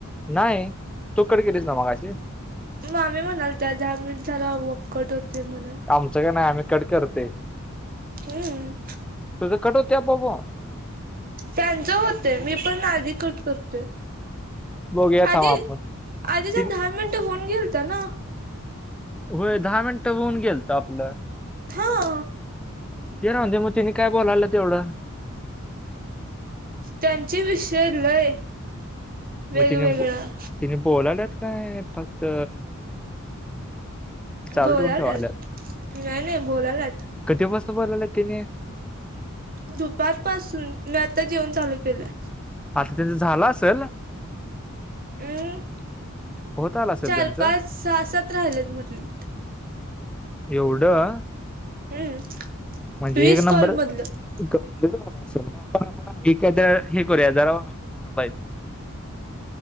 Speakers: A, in the centre; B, on the right.
A: नाही तू कट केलीस ना मगाशी?
B: मामी म्हणालत्या दहा मिनिट झाले की आपोआप कट होते म्हणून.
A: आमचं का नाही आम्ही कट करते.
B: हम्म.
A: तुझं कट होते आपोआप हो?
B: त्यांचं होतेय मी पण आधी कट करतोय.
A: बघूया
B: आधी
A: थांब आपण.
B: आधीच्या
A: तीन
B: दहा मिनिटं होऊन गेलता ना.
A: होय दहा मिनिटं होऊन गेलतं आपलं.
B: हा
A: ते नव त्यांनी काय बोलाल्यात एवढं.
B: त्यांची विषय लय. वेगवेगळं
A: मग तिने बो तिने बोलाल्यात काय फक्त. चालू
B: बोलाल्यात
A: ठेवून ठेवाल्यात
B: नाय नाय बोलाल्यात.
A: कधीपासून बोलवल्यात तिने.
B: दुपार पासून मी आता जेवन चालू केलं.
A: अआता त्यांचं झालं असेल.
B: अं
A: होत आलं असेल
B: चार
A: त्यांचं
B: पाच सहा सात राहिल्यात म्हटली.
A: एवढं
B: हम्म
A: म्हणजे
B: वीस
A: एक नंबर.
B: कॉल मधलं
A: कंप्लीट झाला असेल मग आपण आपण एखाद्या हे करूया जरा थांबायचं